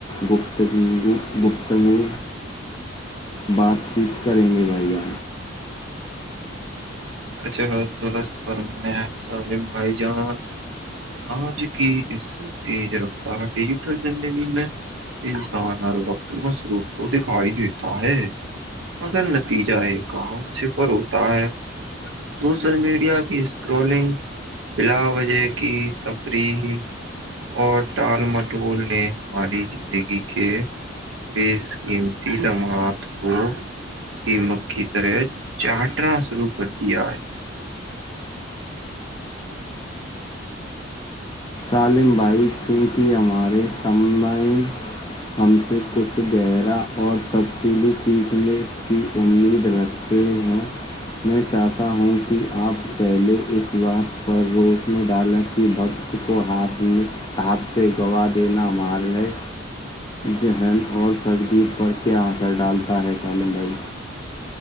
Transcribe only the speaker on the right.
اچھا فرمایا سالم بھائی جان آج کی اس تیز رفتار ڈیجیٹل زندگی میں انسان ہر وقت مصروف تو دکھائی دیتا ہے مگر نتیجہ ایک کام صفر ہوتا ہے سوشل میڈیا کی اسکرولنگ بلا وجے کی تفریح اور ٹال مٹول نے ہماری زندگی کے بے قیمتی جماعت کو کیمک کی طرح چاٹنا شروع کر دیا ہے